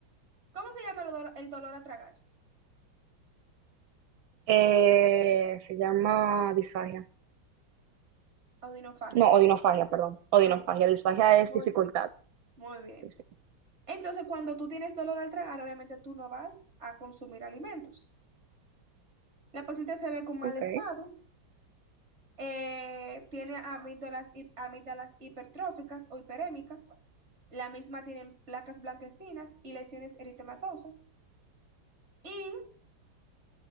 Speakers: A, on the right (about 35°); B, on the right (about 80°).
A: ¿Cómo se llama el dolor, el dolor al tragar?
B: Eh, se llama disfagia.
A: Audinofagia.
B: No, odinofagia, perdón. Odinofagia.
A: Ok,
B: Disfagia es
A: Muy,
B: dificultad.
A: muy bien.
B: Sí, sí.
A: Entonces, cuando tú tienes dolor al tragar, obviamente tú no vas a consumir alimentos. La paciente se ve con mal
B: Ok,
A: estado Eh, tiene amígdalas, hi- amígdalas hipertróficas o hiperémicas. La misma tienen placas blanquecinas y lesiones eritematosas. ¿Y